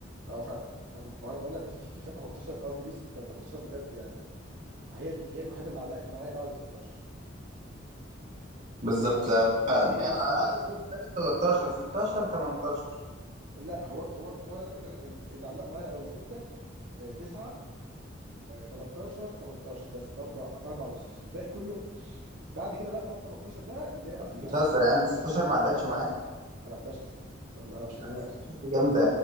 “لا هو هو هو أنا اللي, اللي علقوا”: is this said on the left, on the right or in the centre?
Right